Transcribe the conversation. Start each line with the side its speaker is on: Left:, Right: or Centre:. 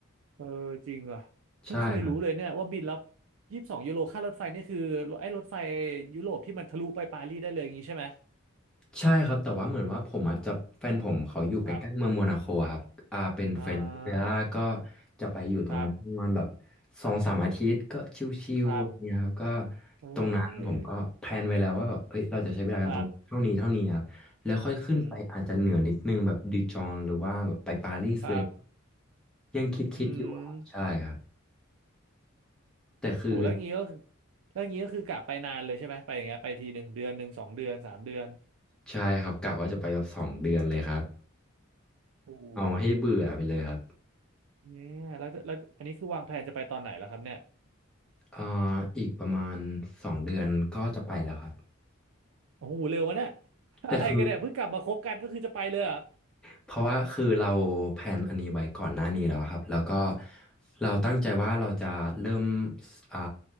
Right: เออจริงเหรอเพิ่งเคยรู้เลยเนี่ยว่าบินแล้ว
Centre: ใช่ครับ
Right: ยี่สิบสองยูโรค่ารถไฟนี่คือไอ้รถไฟยุโรปที่มันทะลุไปปารีสได้เลยอย่างนี้ใช่ไหม
Centre: ใช่ครับแต่ว่าเหมือนว่าผมอ่ะจะแฟนผมเขาอยู่ใกล้ๆเมืองโมนาโคอะครับอ่าเป็นเฟรนด์ริเวล่าก็
Right: ครับอ่า
Centre: จะไปอยู่ตรงนั้นประมาณแบบ
Right: ครับ
Centre: สองสามอาทิตย์ก็ชิวๆอะไรเนี่ยครับก็
Right: ครับเ
Centre: ตรงนั้นผมก็แพลนไว้แล้วว่าแบบเอ้ยเราจะใช้เวลากันตรงเท่านี้เท่านี้นะครับแล้วค่อยขึ้นไปอาจจะเหนือนิดนึงแบบดิจองหรือว่าแบบไปปารีสเลย
Right: ออครับอืมครับ
Centre: ยังคิดๆอยู่ครับใช่ครับ
Right: อืม
Centre: แต่คือ
Right: โหแล้วงี้ก็คือแล้วงี้ก็คือกลับไปนานเลยใช่ไหมไปอย่างเงี้ยไปทีหนึ่งเดือนหนึ่งสองเดือนสามเดือน
Centre: ใช่ครับกะว่าจะไปแบบสองเดือนเลยครับ
Right: โอ้โห
Centre: เอาให้เบื่อไปเลยครับ
Right: เนี่ยแล้วแล้วอันนี้คือวางแผนจะไปตอนไหนแล้วครับเนี่ย
Centre: อ่าอีกประมาณสองเดือนก็จะไปแล้วครับ
Right: โอ้โหเร็ววะเนี่ย <laughs>
Centre: แต่คือ
Right: อะไรกันเนี่ยเพิ่งกลับมาคบกันก็คือจะไปเลยเหรอ
Centre: เพราะว่าคือเราแพลนอันนี้ไว้ก่อนหน้านี้แล้วครับแล้วก็เราตั้งใจว่าเราจะเริ่มอ่า